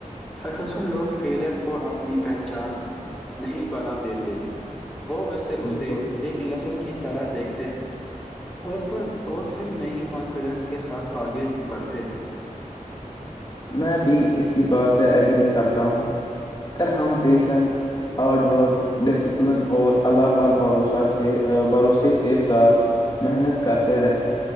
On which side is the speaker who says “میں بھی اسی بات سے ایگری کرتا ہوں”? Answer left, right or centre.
Left